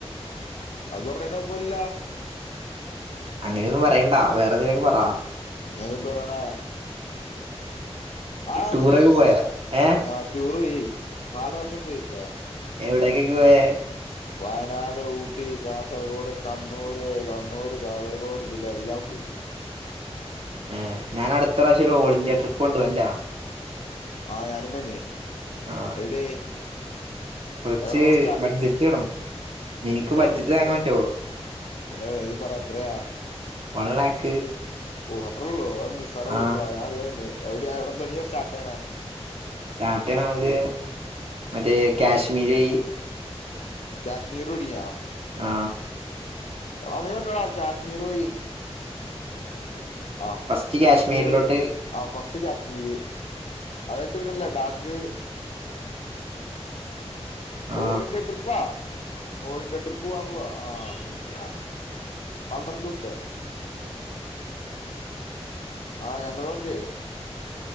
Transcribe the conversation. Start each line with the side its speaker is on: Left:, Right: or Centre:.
Left: അത് പറഞ്ഞേന് കോഴപ്പുല്ല
Right: അങ്ങനെയൊന്നും പറയണ്ട ന്തെലോക്കെ പറ
Left: ഞാൻ തൊട്ട് പറയണേ ആ
Right: ടൂറൊക്കെ
Left: നിനെ
Right: പോയാ ഏ
Left: ആ ടൂറ് പോയി നാല് വർഷം പോയി ഇപ്പ
Right: എവിടക്കെക്കെ പോയെ
Left: വയനാട്, ഊട്ടി, കാസർഗോഡ്, കണ്ണൂര്, കണ്ണൂർ, കാസർഗോഡ് ജില്ല എല്ലാം പോയി
Right: ഏ ഞാൻ അട്ത്തപ്രാവശ്യം ഒരു ഓൾ ഇന്ത്യ ട്രിപ്പ് <unintelligible>
Left: ആ ഞാനും വെന്ന്
Right: ആ
Left: എവിടേ
Right: കുറച്ച്
Left: എവിടെമ്മുതലാ സ്റ്റാർട്ടിങ്
Right: ബഡ്ജറ്റ് വേണം നിനക്ക്
Left: സ്റ്റാർട്ടിങ്
Right: ബഡ്ജറ്റ്
Left: എത്ര
Right: താങ്ങാൻ പറ്റുമോ
Left: പിന്നെ നീ പറ എത്രയാ?
Right: വൺ ലാക്ക്
Left: ഓ അത്രള്ളോ? നിസ്സാര
Right: ആ
Left: പൈസ ഞാൻ തവർണ് എവിടെ എവിട തൊടിയ സ്റ്റാർട് ചെയ്യണെ?
Right: സ്റ്റാർട്ടെയ്യ്ണെ നമുക്ക് മറ്റേ കാശ്മീരി
Left: കശ്മീർ ഒടിയ
Right: ആ
Left: അതേ <unintelligible> കശ്മീർ വഴി <unintelligible> ആ
Right: ഫസ്റ്റ് കാശ്മീരിലോട്ട്
Left: കാശ്മീറ് ആ ഫസ്റ്റ് കാശ്മീരി അതയ്ഞ്ഞിട്ടു പിന്നെ ലഡാക്ക്
Right: ആ
Left: ഓൾ ഇന്ത്യ ട്രിപ്പാ ഓൾ ഇന്ത്യ ട്രിപ്പ് പോവാൻ പോവാ ആ പന്ത്രണ്ട് ദിവസത്തെ ആ ഞങ്ങളെ വണ്ടിയെ